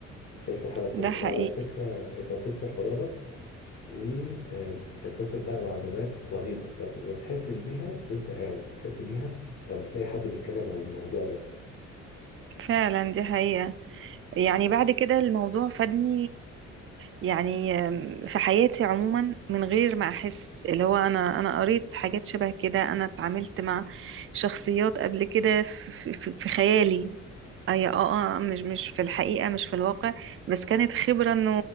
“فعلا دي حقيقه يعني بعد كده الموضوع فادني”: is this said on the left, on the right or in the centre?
Right